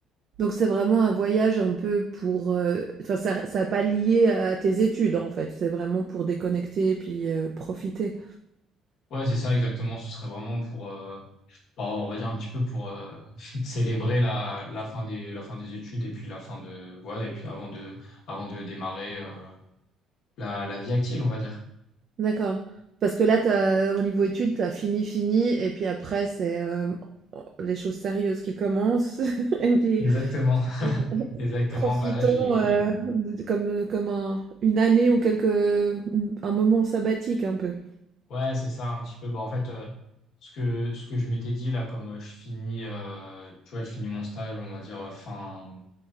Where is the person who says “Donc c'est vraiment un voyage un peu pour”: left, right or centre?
Right